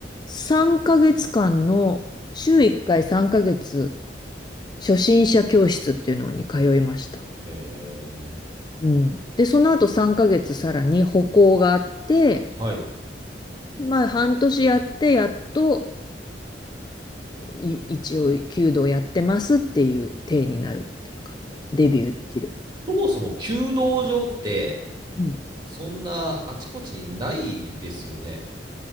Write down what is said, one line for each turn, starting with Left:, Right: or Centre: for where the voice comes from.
Left: 3ヶ月間の、週1回3ヶ月、初心者教室っていうのに通いました。
Right: えー
Left: うん。で、その後3ヶ月さらに歩行があって、
Right: はい。
Left: まあ、半年やって、やっと、い一応、弓道やってますっていう体になるっていうか、デビューできる。
Right: そもそも弓道場って、
Left: うん
Right: そんなあちこちにないですよね。